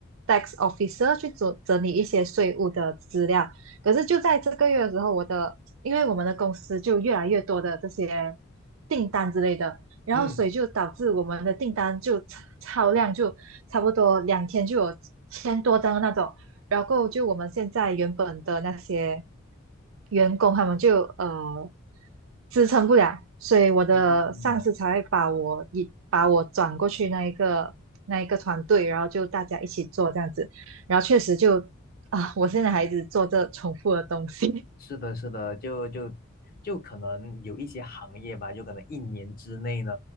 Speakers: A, on the right; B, on the left.
A: tax officer 去整整理一些税务的资料。可是就在这个月的时候，我的因为我们的公司就越来越多的这些订单之类的，然后所以就导致我们的订单就超超量，
B: 嗯，
A: 就差不多两天就有千多张的那种。然后就我们现在原本的那些员工他们就呃支撑不了，所以我的上司才会把我一把我转过去那一个那一个团队，
B: 哦，
A: 然后就大家一起做这样子，然后确实就啊，我现在还一直做这重复的东西。
B: 是的，是的，就就就可能有一些行业吧，就可能一年之内呢，